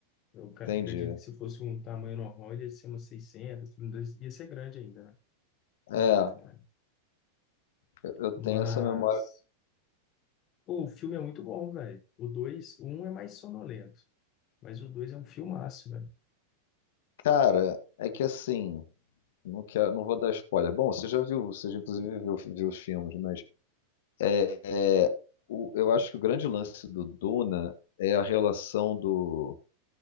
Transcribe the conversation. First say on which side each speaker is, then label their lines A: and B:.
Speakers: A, on the left; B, on the left.
A: Eu ca-
B: Entendi.
A: acredito que se fosse um tamanho normal, ele ia ser umas 600, tudo mais, ia ser grande ainda, né?
B: É,
A: É,
B: eu eu tenho
A: mas,
B: essa memória
A: pô, o filme é muito bom, velho. O 2 o um é mais sonolento, mas o dois é um filmaço, velho.
B: Cara, é que assim, não quero, não vou dar spoiler. Bom, você já viu, você já inclusive viu, viu os filmes, mas é, é, o- eu acho que o grande lance do Duna é a relação do.